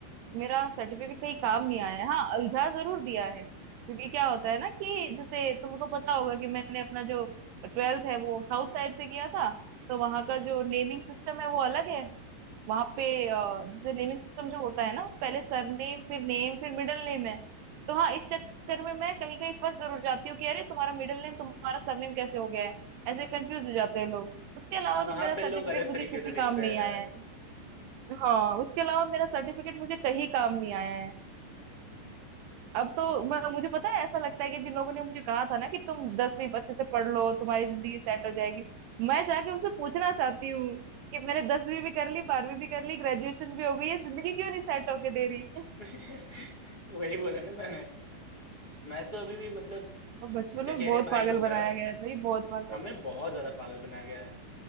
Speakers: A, on the right; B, on the left.
A: मेरा सर्टिफिकेट कहीं काम नहीं आया है हाँ उलझा जरूर दिया है क्योंकि क्या होता है ना कि जैसे तुमको पता होगा कि मैंने अपना जो ट्वेल्थ है वो साउथ साइड से किया था तो वहां का जो नेमिंग सिस्टम है वो अलग है वहां पे अ, जैसे नेमिंग सिस्टम जो होता है ना पहले सरनेम फिर नेम फिर मिडिल नेम है तो हाँ इस चक्कर में मैं कहीं कहीं फंस जरूर जाती हूँ कि अरे तुम्हारा मिडिल नेम तुम्हारा सरनेम कैसे हो गया है ऐसे कंफ्यूज हो जाते हैं लोग उसके अलावा
B: हाँ,
A: तो
B: वहाँ
A: मेरा
B: पे
A: सर्टिफिकेट
B: लोग अलग
A: मुझे
B: तरीके
A: किसी
B: से लिखते
A: काम नहीं
B: हैं।
A: आया है हाँ उसके अलावा मेरा सर्टिफिकेट मुझे कहीं काम नहीं आया है अब तो मैं मुझे पता है ऐसा लगता है कि जिन लोगों ने मुझे कहा था ना कि तुम दसवीं अच्छे से पढ़ लो तुम्हारी जिंदगी सेट हो जाएगी मैं जाके उनसे पूछना चाहती हूँ कि मैंने दसवीं भी कर ली बारहवीं भी कर ली ग्रेजुएशन भी हो गई है जिंदगी क्यों नहीं सेट होके दे रही
B: <laughs> वही बोला ना मैंने। मैं तो अभी भी मतलब
A: और बचपन
B: चचेरे
A: में बहुत
B: भाई
A: पागल
B: लोग
A: बनाया
B: हैं,
A: गया है भाई बहुत पागल
B: हमें बहुत ज़्यादा पागल बनाया गया है।